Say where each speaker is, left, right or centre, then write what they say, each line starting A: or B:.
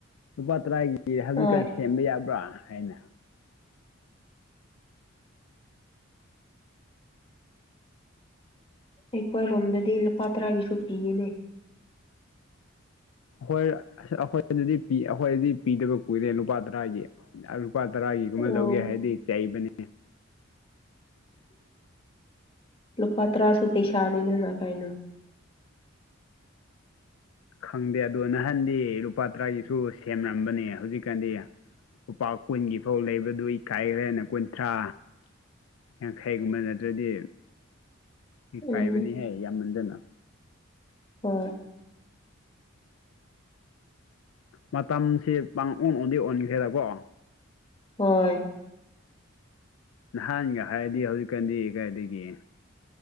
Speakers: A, on the left; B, on the left.
A: ꯂꯨꯄꯥ ꯇꯔꯥꯒꯤ ꯍꯧꯖꯤꯛꯀꯥꯟ
B: ꯍꯣꯏ
A: ꯁꯦꯝꯕ ꯌꯥꯕ꯭ꯔꯥ ꯍꯥꯏꯅ
B: ꯑꯩꯈꯣꯏꯔꯣꯝꯗꯗꯤ ꯂꯨꯄꯥ ꯇꯔꯥꯒꯤꯁꯨ ꯄꯤꯌꯦꯅꯦ
A: ꯈꯣꯏ ꯑꯁ ꯑꯈꯣꯏ ꯗꯨꯗꯤ ꯑꯩꯈꯣꯏꯗꯤ ꯄꯤꯗꯕ ꯀꯨꯏꯔꯦ ꯂꯨꯄꯥ ꯇꯔꯥꯗꯤ ꯑꯥ ꯂꯨꯄꯥ ꯇꯔꯥꯒꯤꯒꯨꯝꯕ
B: ꯑꯣ
A: ꯂꯧꯒꯦ ꯍꯥꯏꯗꯤ ꯆꯩꯕꯅꯦ
B: ꯂꯨꯄꯥ ꯇꯔꯥꯁꯨ ꯄꯩꯁꯥꯅꯤꯅ ꯀꯥꯏꯅ
A: ꯈꯪꯗꯦ ꯑꯗꯣ ꯅꯍꯥꯟꯗꯤ ꯂꯨꯄꯥ ꯇꯔꯥꯒꯤꯁꯨ ꯁꯦꯝꯂꯝꯕꯅꯦ ꯍꯧꯖꯤꯛꯀꯥꯟꯗꯤ ꯂꯨꯄꯥ ꯀꯨꯟꯒꯤ ꯐꯧ ꯂꯩꯕꯗꯨ ꯏ ꯀꯥꯏꯈ꯭ꯔꯦꯅꯦ ꯀꯨꯟꯊ꯭ꯔꯥ ꯌꯥꯡꯈꯩꯒꯨꯝꯕ ꯅꯠꯇ꯭ꯔꯗꯤ ꯏꯀꯥꯏꯕꯅꯤꯍꯦ
B: ꯎꯝ
A: ꯌꯥꯝꯃꯟꯗꯅ
B: ꯍꯣꯏ
A: ꯃꯇꯝꯁꯦ ꯄꯥꯡ ꯑꯣꯟ ꯑꯣꯟꯗꯤ ꯑꯣꯟꯈ꯭ꯔꯦꯗꯀꯣ
B: ꯍꯣꯏ
A: ꯅꯍꯥꯟꯒ ꯍꯥꯏꯔꯗꯤ ꯍꯧꯖꯤꯛꯀꯥꯟꯗꯤ ꯀꯥꯏꯗꯒꯤ